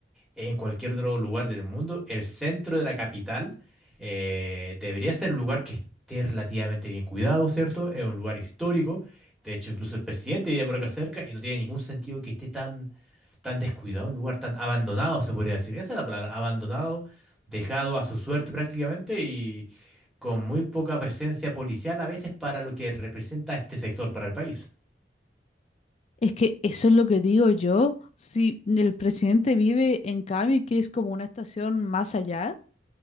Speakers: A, in the centre; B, on the left.
A: en cualquier otro lugar del mundo, el centro de la capital eh, debería ser un lugar que esté relativamente bien cuidado, ¿cierto? Es un lugar histórico. De hecho, incluso el presidente vive por acá cerca y no tiene ningún sentido que esté tan tan descuidado el lugar, tan abandonado, se podría decir. Esa es la palabra, abandonado, dejado a su suerte prácticamente y con muy poca presencia policial a veces para lo que representa este sector para el país.
B: Es que eso es lo que digo yo. Si el presidente vive en Cami, que es como una estación más allá,